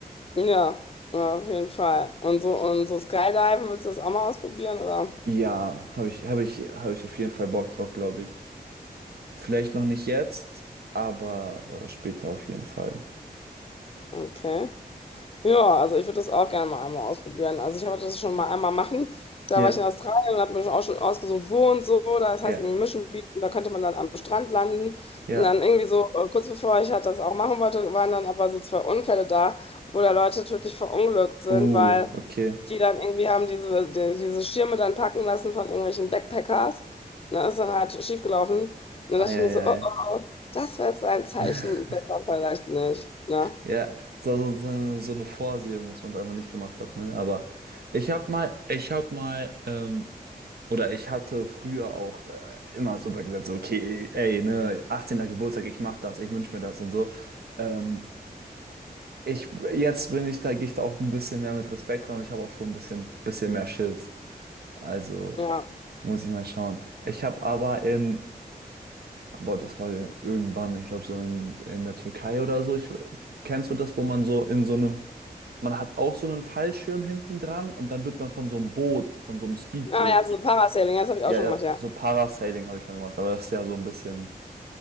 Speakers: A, on the left; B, on the right.
A: Ja, ja, auf jeden Fall. Und so, und so Skydiven, willst du das auch mal ausprobieren, oder?
B: Ja, habe ich, habe ich, habe ich auf jeden Fall Bock drauf, glaube ich. Vielleicht noch nicht jetzt, aber äh, später auf jeden Fall.
A: Okay. Ja, also ich würde das auch gerne mal einmal ausprobieren. Also ich wollte das schon mal einmal machen. Da
B: Ja,
A: war ich in Australien und habe mir schon auch schon ausgesucht, wo und so. Das
B: ja,
A: heißt irgendwie Mission Beach und da könnte man dann am Strand landen.
B: ja.
A: Und dann irgendwie so, äh, kurz bevor ich halt das auch machen wollte, waren dann aber so zwei Unfälle da, wo da Leute tödlich verunglückt sind,
B: Uh,
A: weil
B: okay.
A: die dann irgendwie haben diese, die, diese Schirme dann packen lassen von irgendwelchen Backpackers. Und dann ist dann halt schiefgelaufen. Und dann
B: Eieiei.
A: dachte ich mir so, oh, oh, oh, das war jetzt ein Zeichen,
B: <laughs>
A: besser vielleicht nicht. Ne?
B: Ja, so, so, so so eine Vorsehung, dass man es einfach nicht gemacht hat, ne? Aber ich habe mal, ich habe mal, ähm, oder ich hatte früher auch äh, immer super gesagt, so, okay, ey, ne, 18. Geburtstag, ich mach das, ich wünsch mir das und so. Ähm, ich, jetzt bin ich da, gehe ich da auch ein bisschen mehr mit Respekt dran und ich habe auch schon ein bisschen, bisschen mehr Schiss. Also
A: Ja.
B: muss ich mal schauen. Ich habe aber in aber das war ja irgendwann, ich glaube, so in, in der Türkei oder so. Ich, kennst du das, wo man so in so einem, man hat auch so einen Fallschirm hinten dran und dann wird man von so einem Boot, von so einem Speedboot,
A: Ah ja, so Parasailing, das habe ich
B: ja,
A: auch schon
B: ja,
A: gemacht, ja.
B: so Parasailing habe ich mal gemacht, aber das ist ja so ein bisschen,